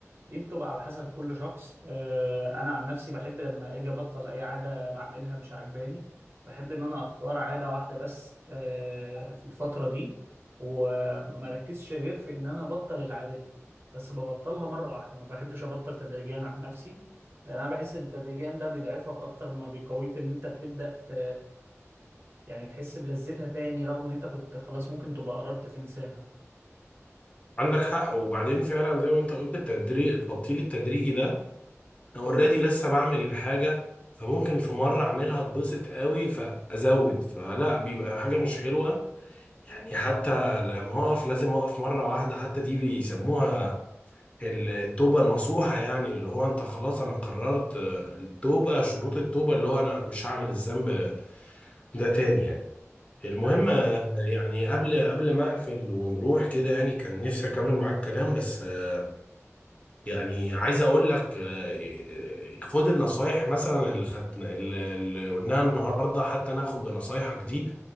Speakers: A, on the right (about 50°); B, on the left (about 25°).
A: دي بتبقى على حسب كل شخص آه، انا عن نفسي بحب لما اجي ابطل اي عاده بعملها مش عاجباني بحب ان انا اختار عاده واحده بس آه، في الفتره دي وما ركزش غير في ان انا ابطل العاده دي بس ببطلها مره واحده ما بحبش ابطل تدريجيا عن نفسي لان انا بحس ان تدريجيا ده بيضعفك اكتر ما بيقويك ان انت بتبدا ت... يعني تحس بلذتها تاني رغم ان انت كنت خلاص ممكن تبقى قربت تنساها
B: عندك حق وبعدين فعلا زي ما انت قلت التدريج التبطيل التدريجي ده انا اوريدي لسه بعمل الحاجة فممكن في مرة اعملها اتبسط قوي فازود فلا بيبقى حاجة مش حلوة يعني حتى لما اقف لازم اقف مرة واحدة حتى دي بيسموها التوبة النصوحة يعني اللي هو انت خلاص انا قررت آه، التوبة شروط التوبة اللي هو انا مش هعمل الذنب ده تاني يعني المهم
A: ايوه
B: آه، يعني قبل قبل ما اقفل ونروح كده يعني كان نفسي اكمل معاك كلام بس آه، يعني عايز اقول لك آه، آه، خد النصايح مثلا اللي خدنا اللي اللي قلناها النهارده حتى ناخد بنصايحك دي